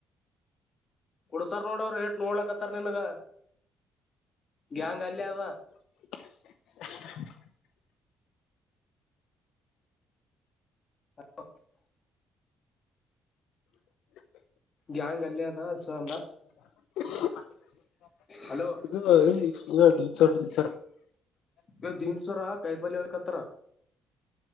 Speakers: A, on the left; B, on the left.
A: ಕೋಡ್ತಾರ ನೋಡ ಅವರು ಏಟು ನೋಡ್ಲಕತ್ತರ್ ನಿನ್ಗ ಗ್ಯಾಂಗ್ ಅಲ್ಲೇ ಅದ
B: <unintelligible>
A: <unintelligible>
B: <unintelligible>
A: ಗ್ಯಾಂಗ್ ಅಲ್ಲೇ ಅದ
B: <unintelligible>
A: ಸ ಅಂದ
B: ಇದು
A: ಹಲೋ
B: <unintelligible>
A: <unintelligible> ಕಾಯಿಪಲ್ಯ ಹೋಯ ಕತರ